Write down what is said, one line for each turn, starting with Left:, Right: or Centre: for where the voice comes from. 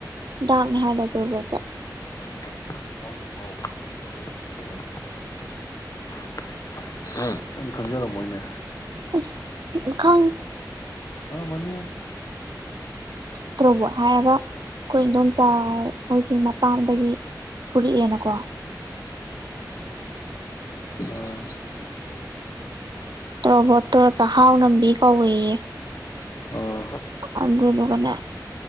Right: ꯗꯥꯛꯅꯤ ꯍꯥꯏꯗꯥꯏ ꯇ꯭ꯔꯣꯕꯣꯠꯁꯦ
Left: <unintelligible> ꯅꯪꯗꯤ ꯈꯪꯖꯔꯝꯃꯣꯢꯅꯦ
Right: ꯏꯁ ꯎ ꯈꯪ
Left: ꯈꯪꯑꯝꯃꯅꯤꯍꯦ
Right: ꯇ꯭ꯔꯣꯕꯣꯠ ꯍꯥꯏꯔꯒ ꯑꯩꯈꯣꯏ ꯏꯗꯣꯝꯆꯥ ꯍꯥꯏ ꯑꯩꯈꯣꯏꯒꯤ ꯃꯄꯥꯝꯗꯒꯤ ꯄꯨꯔꯛꯑꯦꯅꯀꯣ
Left: ꯑꯥ
Right: ꯇ꯭ꯔꯣꯕꯣꯠꯇꯣ ꯆꯍꯥꯎ ꯅꯝꯕꯤ ꯀꯧꯌꯦ
Left: ꯑꯥꯍꯥ
Right: ꯑꯗꯨꯗꯨꯒꯅꯦ